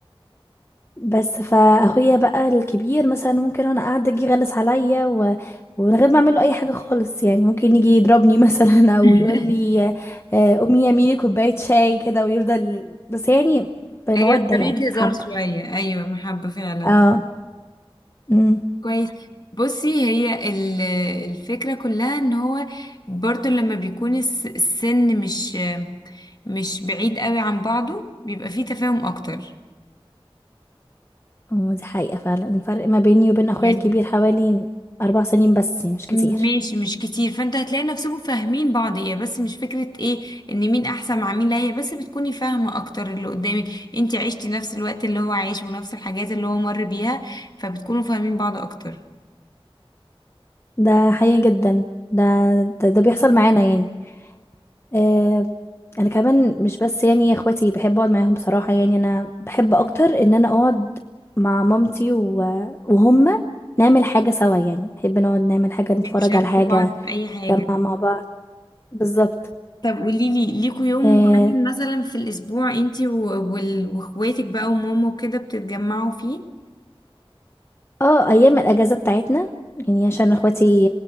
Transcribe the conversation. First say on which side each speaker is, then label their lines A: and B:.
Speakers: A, on the left (about 25°); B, on the left (about 45°).
A: بس فاخويا بقى الكبير مثلا ممكن وانا قاعده يجي يغلس عليا و... ومن غير ما اعمل له اي حاجه خالص يعني ممكن يجي يضربني <laughs> مثلا او
B: <laughs>
A: يقول لي آه، امي يا ميمي كوبايه شاي كده ويفضل بس يعني بمودة
B: هي بطريقة
A: يعني
B: هزار
A: محبة
B: شوية أيوة محبة فعلا
A: اه امم
B: كويس بصي هي ال- الفكرة كلها ان هو برضو لما بيكون الس- السن مش مش بعيد قوي عن بعضه بيبقى فيه تفاهم اكتر
A: أمم، دي حقيقة فعلا الفرق ما بيني وبين اخويا
B: يعني
A: الكبير حوالي اربع سنين بس يعني مش كتير
B: ماشي مش كتير فانت هتلاقي نفسكم فاهمين بعض هي بس مش فكرة ايه ان مين احسن مع مين لا هي بس بتكوني فاهمة اكتر اللي قدامك انت عشتي نفس الوقت اللي هو عايش ونفس الحاجات اللي هو مر بيها فبتكونوا فاهمين بعض اكتر
A: ده حقيقي جدا ده ده, ده بيحصل معانا يعني آه انا كمان مش بس يعني اخواتي بحب اقعد معاهم بصراحة يعني انا بحب اكتر ان انا اقعد مع مامتي و... وهم نعمل حاجة سوا يعني نحب نقعد نعمل حاجة نتفرج
B: بتشاركوا
A: على حاجة
B: بعض في اي حاجة
A: نجمع مع بعض بالظبط
B: طب قوليلي ليكوا يوم
A: آه،
B: معين مثلا في الاسبوع انت و- وال- واخواتك بقى وماما وكده بتتجمعوا فيه
A: اه ايام الاجازه بتاعتنا يعني عشان اخواتي